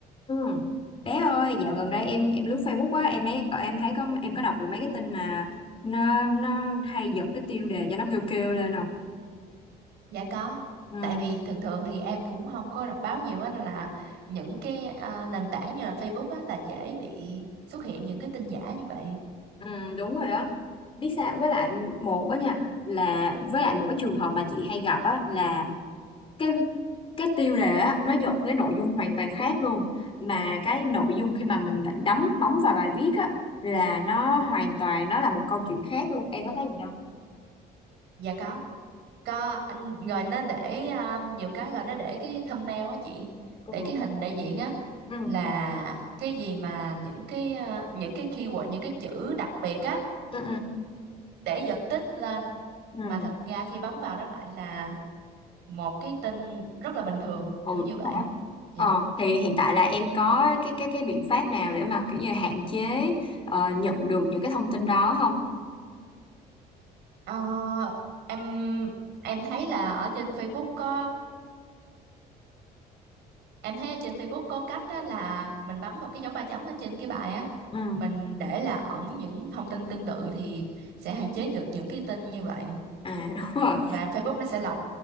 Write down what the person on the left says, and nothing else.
Ừ. Bé ơi, dạo gần đây em em lướt Facebook á, em ấy em thấy có em có đọc được mấy cái tin mà nó nó hay giật cái tiêu đề cho nó kêu kêu lên không?
Ừ,
ừ, đúng rồi á. Biết sao với lại một á nha là với lại một cái trường hợp mà chị hay gặp á là cái cái tiêu đề á nó giật cái nội dung hoàn toàn khác luôn mà cái nội dung khi mà mình lại đấm bấm vào bài viết á là nó hoàn toàn nó là một câu chuyện khác luôn. Em có thấy gì không?
Ừ.
Ừ.
Ừ.
Ừ.
Ừ,
đúng rồi đó.
Ờ, thì hiện tại là em có cái cái cái biện pháp nào để mà kiểu như hạn chế ờ, nhận được những cái thông tin đó không?
Ừ.
À <laughs> đúng rồi.